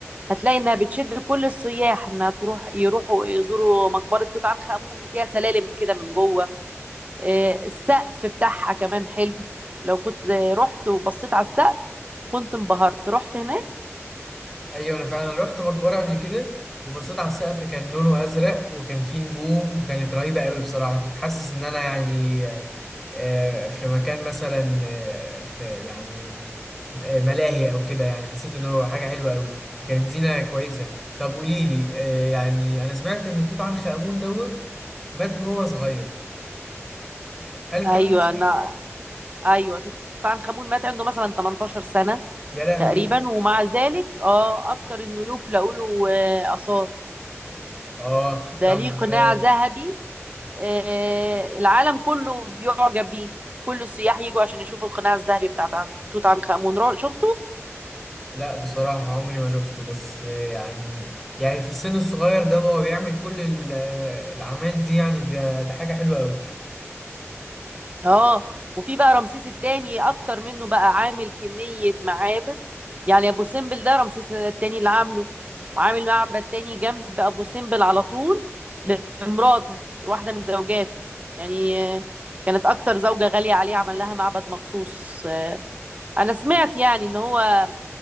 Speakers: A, on the right; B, in the centre.
A: هتلاقي انها بتشد كل السياح انها تروح يروحوا يزوروا مقبره توت عنخ امون وفيها سلالم كده من جوه آه، السقف بتاعها كمان حلو لو كنت رحت وبصيت على السقف كنت انبهرت رحت هناك
B: ايوه انا فعلا رحت مقبره قبل كده وبصيت على السقف كان لونه ازرق وكان فيه نجوم وكانت رهيبه قوي بصراحه كنت حاسس ان انا يعني آه، في مكان مثلا آه، في يعني آه، ملاهي او كده يعني حسيت ان هو حاجه حلوه قوي وكانت زينه كويسه طب قولي لي آه، يعني انا سمعت ان توت عنخ امون دوت مات وهو صغير هل الكلام
A: ايوه
B: ده صح؟
A: انا ايوه توت عنخ امون مات عنده مثلا 18 سنه
B: يا لهوي
A: تقريبا ومع ذلك اه اكتر الملوك لقوله آه، اثار
B: اه
A: ده
B: طب
A: ليه قناع
B: آه،
A: ذهبي آه، العالم كله بيعجب بيه كل السياح يجوا عشان يشوفوا القناع الذهبي بتاع توت عنخ آمون را- شفته
B: لا بصراحة عمري ما شفته بس آه، يعني يعني في السن الصغير ده وهو بيعمل كل ال- آه، الأعمال دي يعني ده, ده حاجة حلوة قوي
A: اه وفي بقى رمسيس التاني اكتر منه بقى عامل كمية معابد يعني ابو سمبل ده رمسيس التاني اللي عامله وعامل معبد تاني جنب ابو سمبل على طول لمراته واحدة من زوجاته يعني آه، كانت اكتر زوجة غالية عليه عمل لها معبد مخصوص آه، انا سمعت يعني ان هو